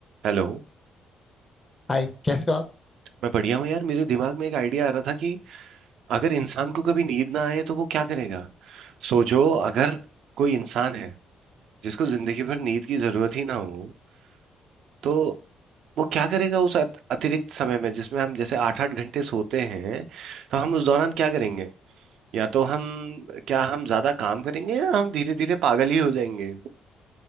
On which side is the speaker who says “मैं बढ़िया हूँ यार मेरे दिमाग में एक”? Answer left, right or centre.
Right